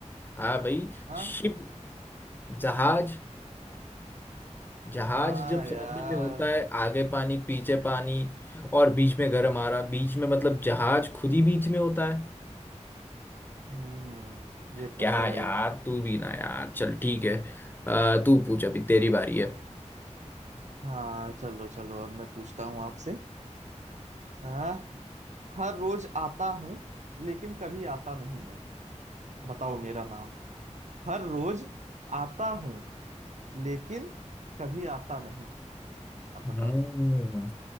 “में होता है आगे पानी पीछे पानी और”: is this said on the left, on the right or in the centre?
Left